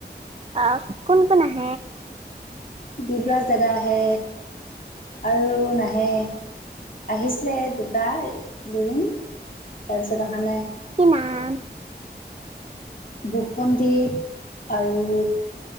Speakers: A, on the right; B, on the left.
A: অ', কোন কোন আহ?
B: ডিব্ৰজ দাদা আহে আৰু নাহে। আহিছিলে দুটা দুদিন তাৰপিছত অহা নাই।
A: কি নাম
B: বুসন্দ্বীপ আৰু